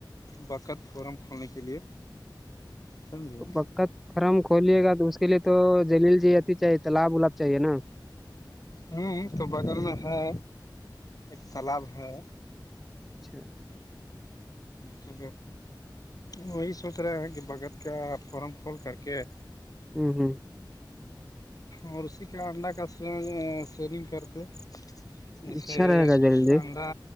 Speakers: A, on the left (about 50°); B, in the centre.
A: بکت فورم کھولنے کے لیے سمجھے
B: بکت فرم کھولیے گا تو اس کے لیے تو جلیل جی اتی چاہیے تالاب ولاب چاہیے نا
A: ہوں تو بغل میں ہے ایک تالاب ہے
B: اچھا
A: تو وہی سوچ رہے ہیں کہ بھگت کیا فورم کھول کر کے
B: ہوں ہوں
A: اور اسی کا انڈا کا س سیلنگ کرتے جیسے
B: اچھا رہے گا جلیل جی
A: انڈا